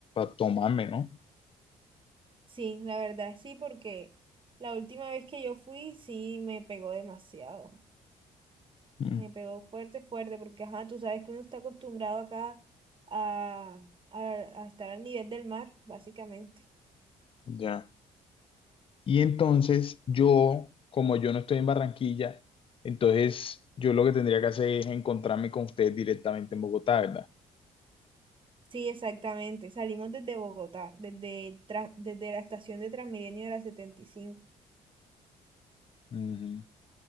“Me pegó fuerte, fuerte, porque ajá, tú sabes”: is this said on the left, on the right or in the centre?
Right